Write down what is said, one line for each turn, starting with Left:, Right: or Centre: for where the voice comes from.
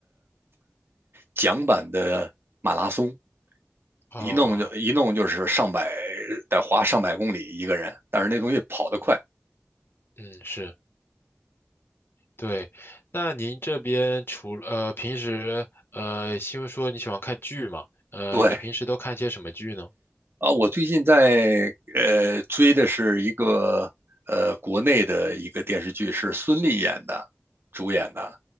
Right: 桨板的马拉松，
Left: 啊，
Right: 一弄就一弄就是上百，得花上百公里一个人，但是那东西跑得快。
Left: 嗯，是。对，那您这边除了呃平时呃，因为说你喜欢看剧嘛，呃，
Right: 对
Left: 你平时都看些什么剧呢？
Right: 啊，我最近在呃追的是一个呃国内的一个电视剧，是孙俪演的，主演的，